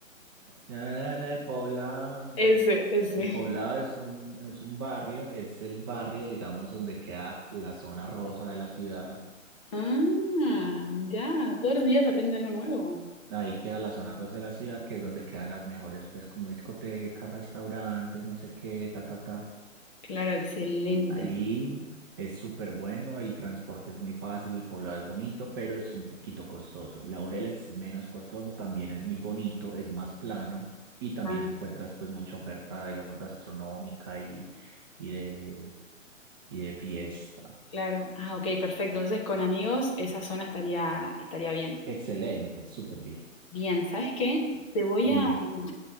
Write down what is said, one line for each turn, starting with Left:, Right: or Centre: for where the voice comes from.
Right: Na, na, na, el Poblado.
Left: Ese, ese.
Right: El Poblado es un, es un barrio, es el barrio, digamos, donde queda la zona rosa de la ciudad.
Left: <laughs> Ah, mirá, todos los días aprende algo nuevo.
Right: Ahí queda la zona rosa de la ciudad, que es donde quedan las mejores, pues, como discotecas, restaurantes, no sé qué, ta, ta, ta.
Left: Claro, excelente.
Right: Ahí es súper bueno, el transporte es muy fácil, el poblado es bonito, pero es un poquito costoso. Laureles es menos costoso, también es muy bonito, es más plano y también
Left: Ah,
Right: encuentras pues mucha oferta, digamos, gastronómica y, y de, y de fiesta.
Left: claro. Ah, ok, perfecto. Entonces con amigos esa zona estaría, estaría bien.
Right: Excelente, súper bien.
Left: Bien, ¿sabes qué? Te voy
Right: Dime,
Left: a, mm,